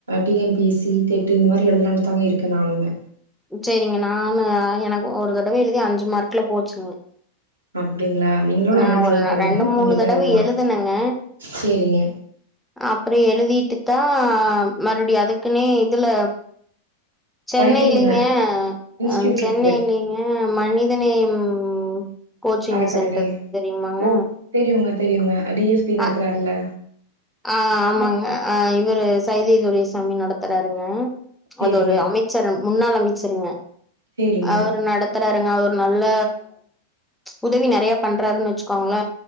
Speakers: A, on the right; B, in the centre.
A: T N P S C TET இந்த மாரி எழுதலான்ட்டு தாங்க இருக்க நானுேமே
B: சேரிங்க நானு எனக்கு ஒரு தடவ எழுதி அஞ்சு மார்க்ல போச்சுங்க
A: அப்டிங்களா நீங்களு
B: நான்
A: நல்லா ட்ரை
B: ஒரு
A: பண்ணுங்க
B: ரெண்டு மூணு
A: கண்டிப்பா
B: தடவ
A: எழுதலா
B: எழுதுனங்க
A: சேரிங்க
B: அப்றோ எழுதிட்டுத்தா மறுபடியு அதுக்குனே இதுல சென்னைலிங்க
A: படிக்கணுங்க இன்ஸ்டியூட்
B: அ சென்னைலிங்க
A: இருக்குது
B: ம் மனிதநேயம் கோச்சிங்
A: அறக்கட்டளை
B: சென்டர் இருக்கு தெரியுமாங்க
A: ஓ தெரியுங்க தெரியுங்க டி எஸ் பி நடத்தறாருள
B: அ ஆ ஆமாங்க ஆ இவரு சைதை துரைசாமி நடத்தறாருங்க
A: சேரிங்க
B: அது ஒரு அமை ச்சர் முன்னாள் அமைச்சருங்க
A: சேரிங்க
B: அவர் நடத் த்துறாருங்க அவர் நல்ல உதவி நெறைய பண்றாருன்னு வச்சுக்கோங்கள